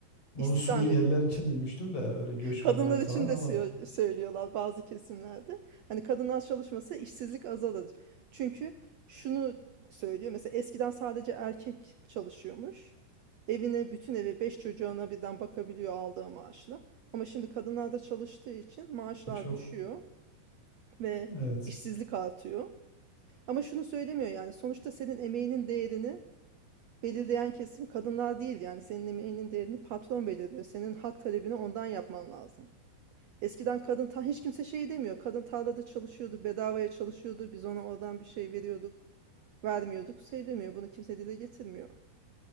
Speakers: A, on the left; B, on the right.
A: Onu
B: istihdam
A: Suriyeliler için duymuştum da öyle göçmenler
B: Kadınlar
A: falan
B: için de
A: ama
B: sö- söylüyorlar bazı kesimlerde. Hani kadınlar çalışmasa işsizlik azalır. Çünkü şunu söylüyor. Mesela eskiden sadece erkek çalışıyormuş. Evine, bütün eve, beş çocuğuna birden bakabiliyor aldığı maaşla. Ama şimdi kadınlar da çalıştığı için maaşlar
A: çok
B: düşüyor ve
A: evet.
B: işsizlik artıyor. Ama şunu söylemiyor yani sonuçta senin emeğinin değerini belirleyen kesim kadınlar değil. Yani senin emeğinin değerini patron belirliyor. Senin hak talebini ondan yapman lazım. Eskiden kadın ta hiç kimse şey demiyor. Kadın tarlada çalışıyordu, bedavaya çalışıyordu. Biz ona oradan bir şey veriyorduk, vermiyorduk. Söylemiyor. Bunu kimse dile getirmiyor.